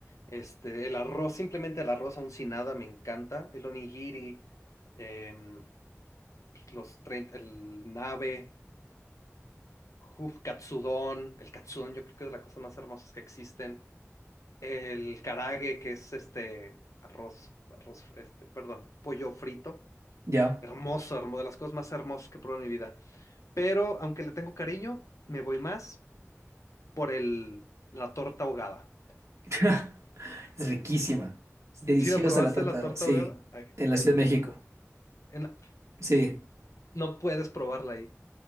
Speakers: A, on the left; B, on the right.
A: este, el arroz, simplemente el arroz aún sin nada me encanta, el onigiri, em, los 30, el nabe, uf, katsudon, el katsudon yo creo que es de las cosas más hermosas que existen. El karage, que es este arroz, arroz, este, perdón, pollo frito.
B: Ya.
A: Hermoso, hermoso, de las cosas más hermosas que he probado en mi vida. Pero aunque le tengo cariño, me voy más por el, la torta ahogada.
B: <laughs> Es riquísima. Es deliciosa
A: Si la probaste
B: la torta,
A: la torta
B: sí.
A: ahogada? Ay,
B: En la
A: En,
B: Ciudad de México.
A: en Gua- en-
B: Sí.
A: no puedes probarla ahí.